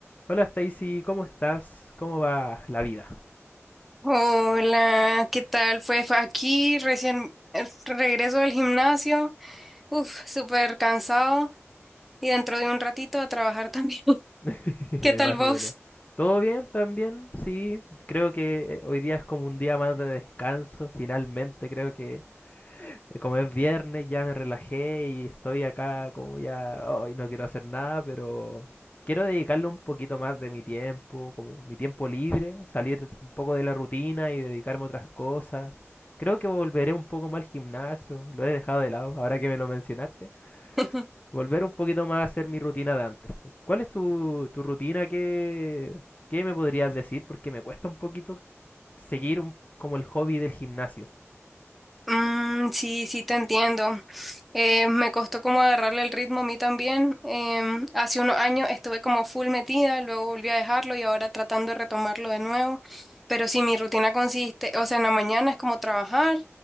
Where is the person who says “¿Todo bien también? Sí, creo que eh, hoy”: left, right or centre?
Left